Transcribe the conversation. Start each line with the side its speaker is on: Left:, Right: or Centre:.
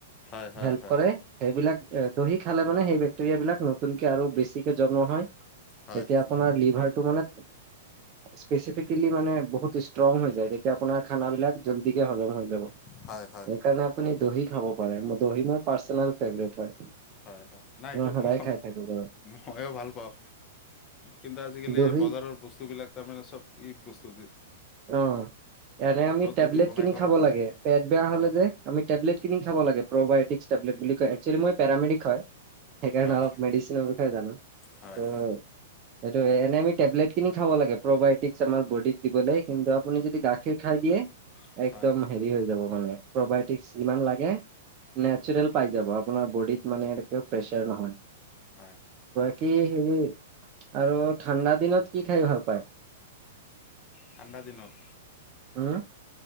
Left: হয় হয়
Right: হেল্প
Left: হয়
Right: কৰে, সেইবিলাক এ দহি খালে মানে সেই বেক্টেৰিয়া বিলাক, নতুনকে আৰু বেছিকে জন্ম হয়।
Left: হয়
Right: তেতিয়া আপোনাৰ লিভাৰ টো মানে, স্পেচিফিকেলি মানে বহুত ষ্ট্ৰং হৈ যায়। তেতিয়া আপোনাৰ খানা বিলাক যল্দি কে হজম হৈ যাব।
Left: হয় হয়
Right: সেইকাৰণে আপুনি দহি খাব পাৰে, দহি মোৰ পাৰ্চনেল ফেভৰেট হয়।
Left: হয় হয়, নাই এইটো
Right: সদায়
Left: মই
Right: খাই থাকো বাৰু
Left: ময়ো ভাল পাওঁ। কিন্তু আজি কালি
Right: দহি
Left: বজাৰৰ বস্তু বিলাক তাৰমানে চব ই বস্তু যে
Right: অ' এনে আমি টেবলেট
Left: যদি বনাই
Right: কিনি খাব
Left: পাৰে
Right: লাগে, পেট বেয়া হ'লে
Left: হয়
Right: যে আমি টেবলেট কিনি খাব লাগে, প্ৰ'বায়টিক টেবলেট বুলি একচুৱেলি মই পেৰামেডিক হয়, সেইকাৰণে
Left: হয়
Right: অলপ মেডিচিনৰ বিষয়ে জানো।
Left: হয়
Right: ত' সেইটো এনেই আমি টেবলেট কিনি খাব লাগে, প্ৰবায়টিক্ছ আমাৰ বডিত দিবল, কিন্তু আপুনি যদি গাখীৰ খাই দিয়ে
Left: হয়
Right: একদম
Left: হয়
Right: হেৰি হৈ যাব মানে প্ৰবায়টিক যিমান লাগে নেচাৰেল পাই যাব, আপোনাৰ বডিত মানে প্ৰেছাৰ নহয়।
Left: হয়
Right: কি হেৰি, আৰু ঠাণ্ডা দিনত কি খাই ভাল পায়।
Left: ঠাণ্ডা দিনত।
Right: উম'